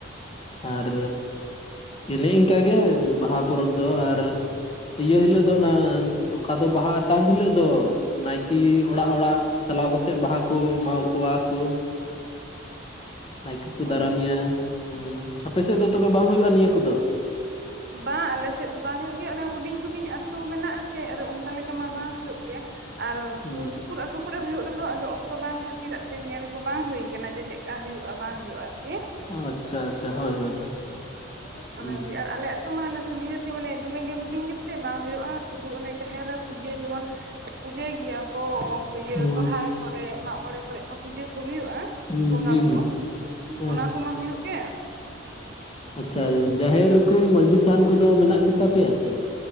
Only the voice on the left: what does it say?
ᱟᱨ ᱮᱱᱮ ᱤᱱᱠᱟᱜᱮ ᱵᱟᱦᱟ ᱯᱚᱨᱚᱵᱽ ᱫᱚ ᱟᱨ ᱤᱭᱟᱹ ᱦᱤᱞᱳᱜ ᱫᱚ ᱚᱱᱟ ᱚᱠᱟ ᱫᱚ ᱵᱟᱦᱟ ᱟᱛᱟᱝ ᱦᱤᱞᱳᱜ ᱫᱚ ᱱᱟᱭᱠᱮ ᱚᱲᱟᱜ ᱚᱲᱟᱜ ᱪᱟᱞᱟᱣ ᱠᱟᱛᱮᱜ ᱵᱟᱦᱟ ᱠᱚ ᱮᱢᱟᱣ ᱠᱚᱣᱟ ᱠᱚ᱾ ᱱᱟᱭᱠᱮ ᱠᱚ
ᱫᱟᱨᱟᱢᱮᱭᱟ ᱩᱸ, ᱟᱯᱮ ᱥᱮᱜ ᱫᱚ ᱛᱚᱵᱮ ᱵᱟᱝ ᱦᱩᱭᱩᱜᱼᱟ ᱱᱤᱭᱟᱹ ᱠᱚᱫᱚ?
ᱦᱩᱸ
ᱟᱪᱪᱷᱟ, ᱟᱪᱪᱷᱟ, ᱦᱳᱭ, ᱦᱳᱭ, ᱦᱳᱭ᱾
ᱦᱩᱸ
ᱦᱩᱸ
ᱦᱩᱸ
ᱦᱩᱸ
ᱦᱩᱸ ᱦᱮᱸ
ᱟᱪᱪᱷᱟ ᱡᱟᱦᱮᱨ ᱠᱚ ᱢᱟᱹᱡᱷᱤ ᱛᱷᱟᱱ ᱠᱚᱫᱚ ᱢᱮᱱᱟᱜ ᱜᱮᱛᱟ ᱯᱮᱭᱟ ᱥᱮ?